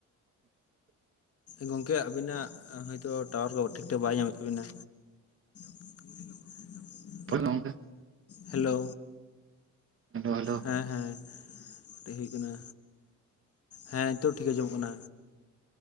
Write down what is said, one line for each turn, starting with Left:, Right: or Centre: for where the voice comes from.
Left: ᱜᱚᱝᱠᱮ ᱟᱹᱵᱤᱱᱟᱜ ᱦᱚᱭᱛᱚ ᱴᱟᱣᱟᱨ ᱠᱚ ᱴᱷᱤᱠ ᱴᱷᱟᱠ ᱵᱟᱭ ᱧᱟᱢᱮᱫ ᱛᱟᱵᱤᱱᱟ <inaudible>
Right: ᱵᱠ <unintelligible>
Left: ᱦᱮᱞᱳ
Right: ᱦᱮᱞᱳ ᱦᱮᱞᱳ
Left: ᱦᱮᱸ ᱦᱮᱸ ᱠᱟᱹᱴᱤᱡ <unintelligible> ᱦᱩᱭᱩᱜ ᱠᱟᱱᱟ ᱦᱮᱸ ᱱᱤᱛᱚᱜ ᱴᱷᱤᱠ ᱟᱸᱡᱚᱢᱚᱜ ᱠᱟᱱᱟ